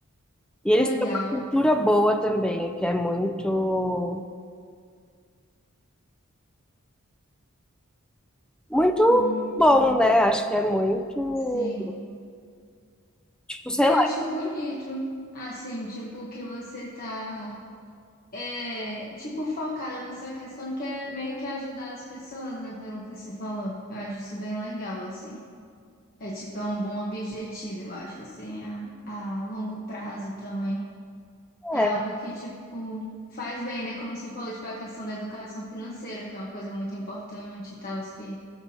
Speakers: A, in the centre; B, on the left.
A: E
B: Que
A: eles
B: legal.
A: têm uma cultura boa também, que é muito muito
B: Muito.
A: bom, né? Acho que é muito,
B: Sim.
A: tipo, sei
B: Eu
A: lá,
B: acho bonito, assim, tipo, que você tá, é, tipo, focada nessa questão que é meio que ajudar as pessoas, né, pelo que você falou. Eu acho isso bem legal, assim. É, tipo, é um bom objetivo, eu acho, assim, a, a longo prazo também. É
A: é.
B: algo que, tipo, faz bem, né, como você falou, tipo, a questão da educação financeira, que é uma coisa muito importante e tal, os que